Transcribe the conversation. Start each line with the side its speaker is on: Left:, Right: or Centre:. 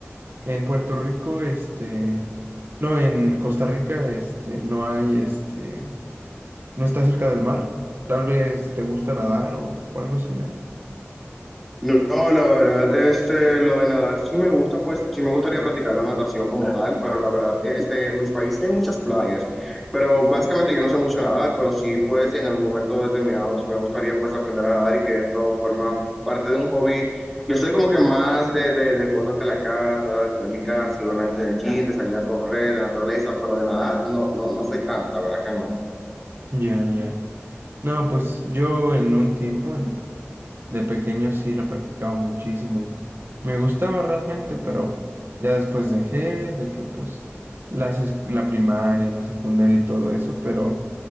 Right: en Puerto Rico, este, no, en Costa Rica, este, no hay, este, no está cerca del mar. Tal vez te gusta nadar o, o algo similar.
Centre: No, no, la verdad, este, lo de nadar sí me gusta, pues sí me gustaría practicar la natación como tal, pero la verdad, este, en mis países sí hay muchas playas, pero básicamente yo no sé mucho nadar, pero sí, pues en algún momento determinado sí me gustaría, pues aprender a nadar y que esto forma parte de un hobby. Yo soy como que más de, de, de cosas de la casa, de estar en mi casa y obviamente del gym, de salir a correr, de naturaleza, pero de nadar no, no, no soy tanto, la verdad que no.
Right: Ya, ya. No, pues yo en un tiempo, en, de pequeño sí lo practicaba muchísimo y me gustaba realmente, pero ya después dejé de que pues las, es- la primaria, la secundaria y todo eso, pero...